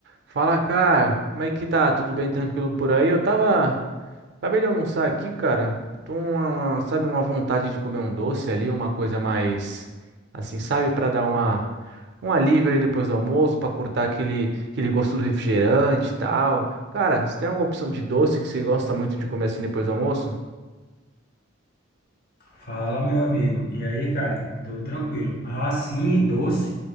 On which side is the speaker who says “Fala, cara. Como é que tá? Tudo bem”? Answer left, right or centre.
Right